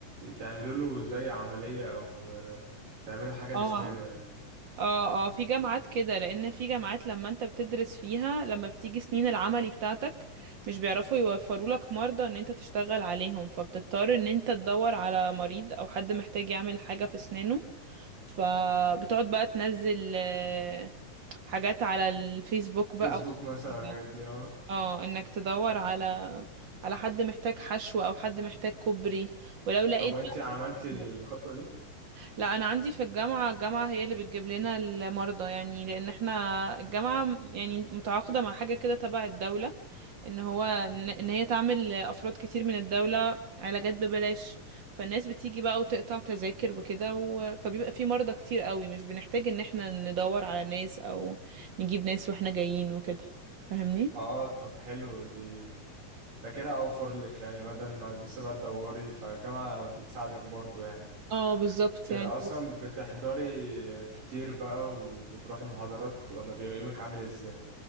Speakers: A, on the right (about 80°); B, on the right (about 40°).
A: تعملوا له زي عملية او آه، تعملوا حاجة لاسنانه
B: اه
A: يعني
B: اه اه في جامعات كده لان في جامعات لما انت بتدرس فيها لما بتيجي سنين العملي بتاعتك مش بيعرفوا يوفروا لك مرضى ان انت تشتغل عليهم فبتضطر ان انت تدور على مريض او حد محتاج يعمل حاجه في اسنانه فبتقعد بقى تنزل آه، حاجات على الفيسبوك
A: فيسبوك
B: بقى أو
A: مثلا
B: كده.
A: الحاجات
B: <laughs>
A: دي اه
B: اه انك تدور على على حد محتاج حشو او حد محتاج كوبري ولو لقيت
A: طب وانتي عملتي الخطوة
B: بقى
A: دي
B: لا انا عندي في الجامعه الجامعه هي اللي بتجيب لنا المرضى يعني لان احنا الجامعه م- يعني متعاقده مع حاجه كده تبع الدوله ان هو ان إن هي تعمل افراد كتير من الدوله علاجات ببلاش فالناس بتيجي بقى وتقطع تذاكر وكده و... فبيبقى في مرضى كتير قوي مش بنحتاج ان احنا ندور على ناس او نجيب ناس واحنا جايين وكده فاهمني
A: اه طب حلو دي ده كده اوفر لك يعني بدل ما لسه بقى تدوري فالجامعة بتساعدك برضو يعني
B: اه بالظبط
A: ت- اصلا
B: يعني
A: بتحضري كتير بقى وبتروحي محاضرات ولا بيبقى يومك عامل ازاي